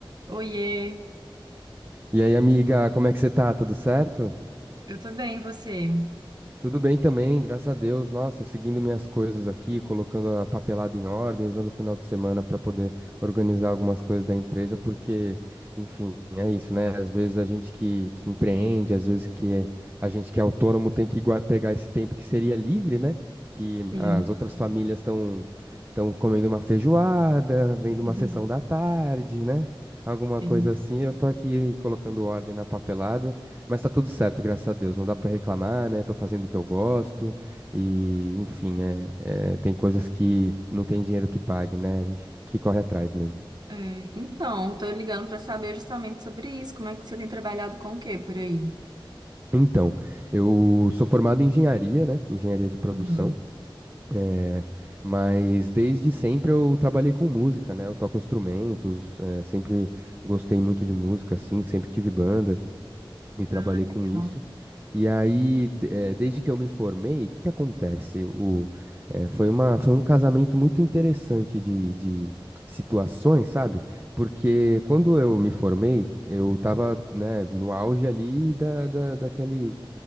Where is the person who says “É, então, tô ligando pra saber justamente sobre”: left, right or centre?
Right